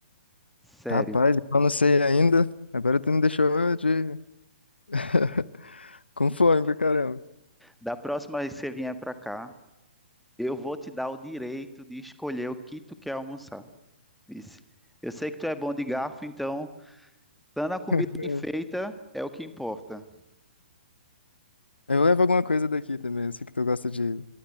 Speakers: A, in the centre; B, on the left.
A: Sério.
B: Rapaz, eu não sei ainda. Agora tu me deixou de... <laughs> com fome pra caramba.
A: Da próxima vez que você vier pra cá, Eu vou te dar o direito de escolher o que tu quer almoçar. Disse. Eu sei que tu é bom de garfo, então, dando
B: <laughs>
A: a comida bem feita é o que importa.
B: Eu levo alguma coisa daqui também. Eu sei que tu gosta de,